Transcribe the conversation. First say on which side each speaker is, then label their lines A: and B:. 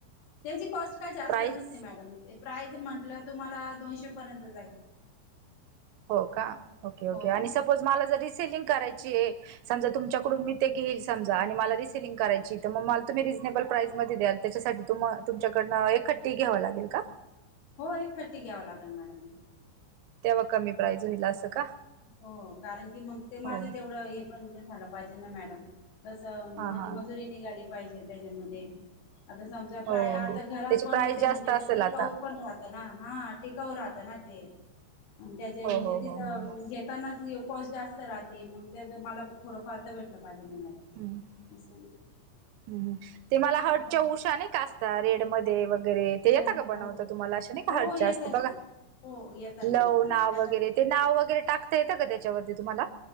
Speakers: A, on the left; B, on the right.
A: त्याची कॉस्ट काही जास्त
B: प्राईस
A: नसते मॅडम ते प्राईज म्हंटलं तुम्हाला दोनशे पर्यंत जाईल.
B: हो का ओके
A: हो
B: ओके आणि सपोज मला ज दीस सेलिंग करायची ये समजा तुमच्याकडून मी ते घेईल समजा आणि मला रि सलिंग करायची तर म मल तुम्ही रिजनेबल प्राईस मध्ये दयाल त्या साठी तुम्ह तुमच्या कडन एक खट्टी घ्याव लागेल का?
A: हो एक खट्टी घ्यावं लागेल मॅडम.
B: तेव्हा कमी प्राईज होईल असं का?
A: हो कारण की मग ते माझं
B: हो
A: तेवढं हे पण झालं पाहीजेल ना मॅडम. तसं
B: हा
A: माझी
B: हा
A: मजुरी निघाली. पाहिजे त्याज्यामध्ये. आता समजा
B: हो
A: प्राय
B: हो
A: आता
B: हो
A: घरात
B: त्याची
A: बनवते
B: प्राइस जास्त
A: म्हणजे
B: असेल
A: ते टिकाऊ
B: आता
A: पण राहतं ना हा टिकाऊ राहत. तन ते. आणि त्याजे
B: हो
A: म्हणजे
B: हो हो
A: तिथं.
B: हो
A: घेतताना.
B: हो
A: <unintelligible> जास्त राहते मग त्याचा मला थोडंफार भेटलं पाहिजे.
B: हम्म
A: <unintelligible>
B: हम्म ते मला हटच्या
A: बघ
B: उषाने कास च्या रेड मध्ये व गैरे त्याच्यात
A: हो
B: का ग बनवतं
A: हो
B: तुम्हाला अशे नाही
A: हो
B: का हार्ट
A: येतं
B: जास्त
A: ना
B: बघा
A: हो येताना
B: लव
A: येताना
B: नाव
A: त्याचा
B: वगैरे ते नाव वगैरे टाकता येतं का त्याच्यावर ते तुम्हाला